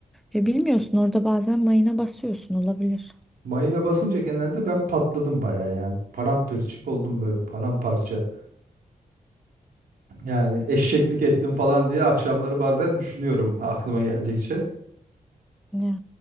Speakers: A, in the centre; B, on the right.
A: Ve bilmiyorsun orada bazen mayına basıyorsun olabilir.
B: Mayına basınca genelde ben patladım bayağı yani. Paramparçık oldum böyle paramparça. Yani eşeklik ettim falan diye akşamları bazen düşünüyorum aklıma geldikçe.
A: Ya